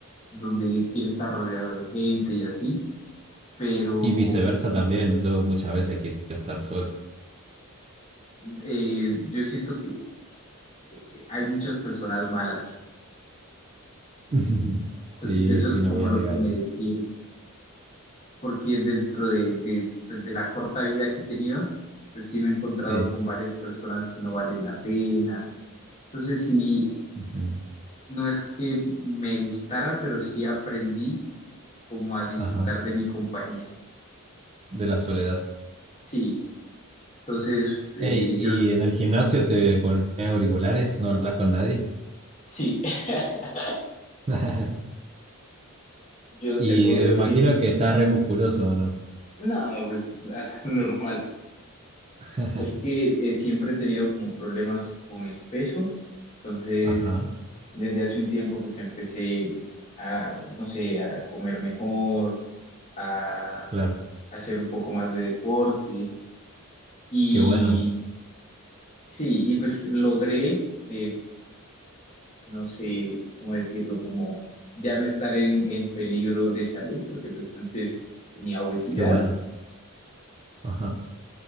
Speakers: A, on the left; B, on the right.
A: donde quiere estar rodeado de gente y así, pero
B: Y viceversa también, yo muchas veces quiero estar solo.
A: eh, yo siento que eh, hay muchas personas malas,
B: <laughs>
A: entonces
B: Sí,
A: eso
B: sí,
A: es como
B: no voy a
A: lo
B: negar
A: que me
B: eso.
A: detiene. porque dentro de, de, pues, de la corta vida que he tenido, pues sí me he encontrado
B: Sí.
A: con varias personas que no valen la pena. Entonces sí,
B: Ujú.
A: no es que me gustara, pero sí aprendí como a disfrutar
B: Ajá,
A: de mi compañía.
B: de la soledad.
A: Sí, entonces eh,
B: Ey, ¿y
A: yo
B: en el gimnasio te pones auriculares? ¿No hablas con nadie?
A: sí, <laughs>
B: <laughs>
A: yo
B: Y
A: te puedo
B: me
A: decir,
B: imagino que estás re musculoso, ¿o no?
A: no, pues <laughs> normal.
B: <laughs>
A: Es que eh, siempre he tenido como problemas con el peso, entonces...
B: Ajá,
A: Desde hace un tiempo pues empecé a, no sé, a comer mejor, a, a
B: claro.
A: hacer un poco más de deporte y
B: Qué bueno.
A: sí, y pues logré, eh, no sé cómo decirlo, como ya no estar en, en peligro de salud porque pues antes tenía obesidad.
B: Qué bueno. Ajá.